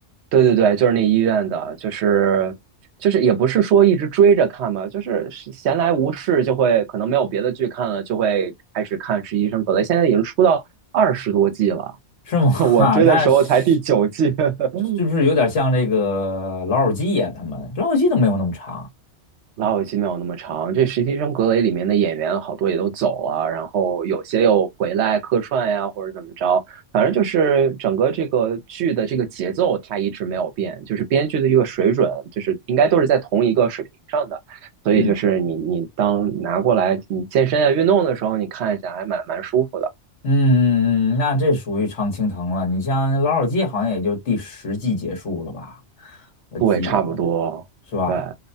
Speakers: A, on the right (about 70°); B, on the left (about 75°).
A: 对对对，就是那医院的，就是就是也不是说一直追着看吧，就是闲来无事就会可能没有别的剧看了，就会开始看实习生格雷。现在已经出到二十多季了，
B: <laughs> 是吗？<laughs> 哈，
A: <laughs> 我追的时候才第九季。
B: 那是
A: <laughs>
B: 是不是有点像这个老友记呀、他们老友记都没有那么长。
A: 老友记没有那么长，这《实习生格雷》里面的演员好多也都走啊，然后有些又回来客串呀，或者怎么着，反正就是整个这个剧的这个节奏它一直没有变，就是编剧的一个水准，就是应该都是在同一个水平上的，所以就是你你当拿过来你健身啊运动的时候，
B: 嗯
A: 你看一下还蛮蛮舒服的，
B: 嗯嗯嗯，那这属于常青藤了。你像老友记好像也就第十季结束了吧？我记得好像
A: 对，差不多，
B: 是吧？
A: 对，